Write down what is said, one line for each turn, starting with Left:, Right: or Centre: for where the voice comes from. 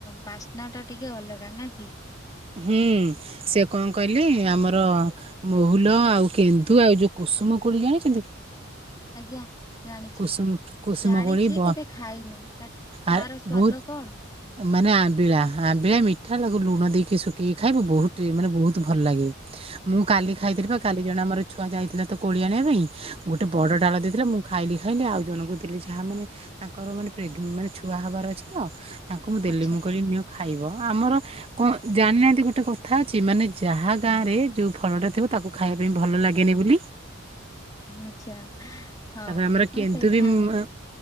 Left: ବାସ୍ନା ଟା ଟିକେ ଅଲଗା ନ କି।
Right: ହୁଁ ସେ କଣ କହିଲି ଆମର ମହୁଲ ଆଉ କେନ୍ଦୁ ଆଉ ଯୋଉ କୁସୁମ କୋଳି ଜାଣିଛନ୍ତି?
Left: ଆଜ୍ଞା ଜାଣିଛି।
Right: କୁସୁମ କୁସୁମ
Left: ଜାଣିଛି
Right: କୋଳି ବ
Left: କେବେ ଖାଇନି ତାର
Right: ଆ
Left: ସ୍ଵାଦ
Right: ବହୁତ
Left: କଣ?
Right: ମାନେ ଆମ୍ବିଳା ଆମ୍ବିଳା ମିଠା ଲାଗୁ ଲୁଣ ଦେଇକି ଶୁଖ କି ଖାଇବ ବହୁତ ମାନେ ବହୁତ ଭଲ ଲାଗେ ମୁଁ କାଲି ଖାଇଥିଲି ବା କାଲି ଦ ଜଣ ଆମର ଛୁଆ ଯାଇଥିଲା ତ କୋଳି ଆଣିବା ପାଇଁ ଗୋଟେ ବଡ ଡାଳ ଦେଇଥିଲା ମୁଁ ଖାଇଲି ଖାଇଲି ଆଉ ଜଣଙ୍କୁ ଦେଲି। ଯାହା ମାନେ ତାଙ୍କର ମାନେ ପ୍ରେଗନ ମାନେ ଛୁଆ ହବାର ଅଛି ତ। ତାଙ୍କୁ ମୁଁ ଦେଲି
Left: ଆଚ୍ଛା
Right: ମୁଁ କରି ନିଅ ଖାଇବ ଆମର କଣ ଜାଣିନାହାନ୍ତି ଗୋଟେ କଥା ଅଛି ମାନେେ ଯାହା ଗାଁ ରେ ଯୋଉ ଫଳଟା ଥିବ ତାକୁ ଖାଇବା ପାଇଁ ଭଲ ଲାଗେନି ବୋଲି।
Left: ଆଛା ହଁ
Right: ତାପରେ ଆମର
Left: ହଁ
Right: କେନ୍ଦୁ
Left: ସେଇଟା
Right: ବି ମ